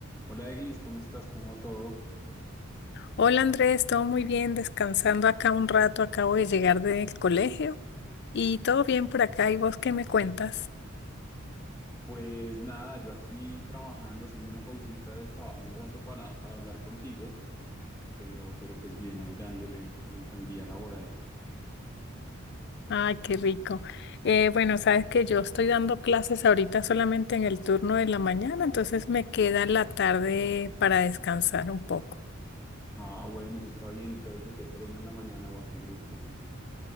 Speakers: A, on the left (about 15°); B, on the left (about 55°).
A: Hola Eglis, ¿cómo estás? ¿Cómo va todo?
B: Hola Andrés, todo muy bien, descansando acá un rato, acabo de llegar del colegio y todo bien por acá. ¿Y vos qué me cuentas?
A: Pues nada, yo aquí trabajando, haciendo una pausita del trabajo un rato para, para hablar contigo, pero, pero pues bien, ahí dándole al, al día laboral.
B: Ay, qué rico. Eh, bueno, sabes que yo estoy dando clases ahorita solamente en el turno de la mañana, entonces me queda la tarde para descansar un poco.
A: Ah, bueno, eso está bien. ¿Y clases de qué estás dando en la mañana o a qué grupo? o ¿Qué?